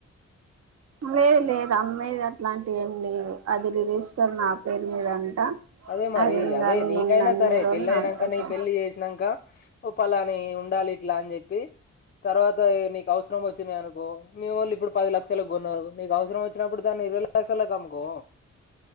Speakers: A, on the right; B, on the left.
A: లేదు లేదు అమ్మాయి అ ఆట్లాంటి ఏం లేదు అది రిజిస్టర్ నా పేరు మీద అంట
B: అదే మరి
A: అది ఇంగా
B: అదే
A: నేను
B: నీకైనా
A: ఉన్న అన్ని
B: సరే
A: రోజులు
B: పెళ్ళ
A: నాతోటే
B: అయినాక నీ పెళ్ళి చేసినంక ఓ పలాని ఉండాలి ఇట్లా అని చెప్పి తర్వాత నీకు అవసరం వచ్చినాయి అనుకో మీ ఓన్లీ ఇప్పుడు పది లక్షలలకు కొన్నారు నీకు అవసరం వచ్చినప్పుడు దాన్ని ఇరవై లక్షలలకు అమ్ముకో